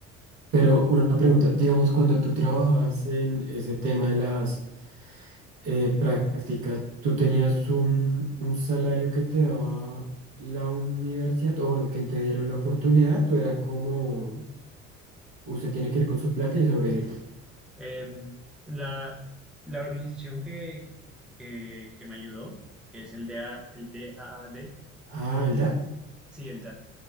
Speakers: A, on the right; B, in the centre.
A: Pero una pregunta, digamos, cuando tú trabajabas en ese tema de las eh, prácticas, ¿tú tenías un, un salario que te daba la universidad? O bueno, quien te dieron la oportunidad, o era como usted tiene que ir con su plata y sobrevivir.
B: Eh, la, la organización que, que, que me ayudó, que es el D A el D A A D
A: Ah, el DAT.
B: sí, el